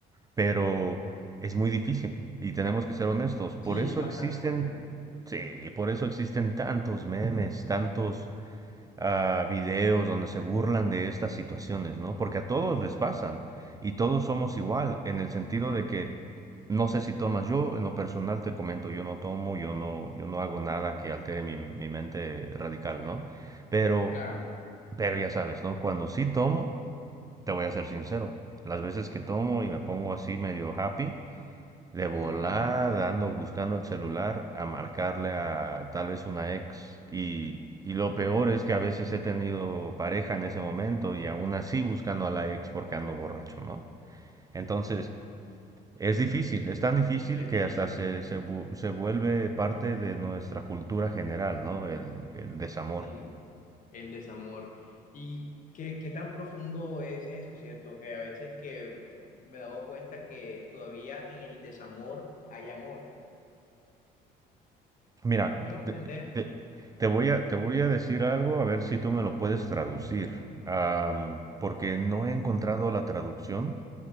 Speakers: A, on the right; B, on the left.
A: pero es muy difícil y tenemos que ser honestos. Por
B: Sí,
A: eso
B: es bastante
A: existen,
B: complejo.
A: sí, por eso existen tantos memes, tantos a videos donde se burlan de estas situaciones, ¿no? Porque a todos les pasan y todos somos igual en el sentido de que no sé si tomas, yo en lo personal te comento, yo no tomo, yo no, yo no hago nada que altere mi, mi mente radical, ¿no? Pero,
B: Claro.
A: pero ya sabes, ¿no? Cuando sí tomo, te voy a ser sincero, las veces que tomo y me pongo así medio happy, de volada
B: Ujú.
A: ando buscando el celular a marcarle a tal vez una ex. Y, y lo peor es que a veces he tenido pareja en ese momento y aún así buscando a la ex porque ando borracho, ¿no? Entonces, es difícil, es tan difícil
B: Es
A: que
B: difícil.
A: hasta se, se, vu- se vuelve parte de nuestra cultura general, ¿no? El, el desamor.
B: Sí. El desamor. ¿Y qué, qué tan profundo es eso, cierto? Que a veces que me he dado cuenta que todavía en el desamor hay amor.
A: Mira,
B: ¿Sí me hago
A: te,
B: entender?
A: te- te voy a, te voy a decir algo a ver si tú me lo puedes traducir, am, porque no he encontrado la traducción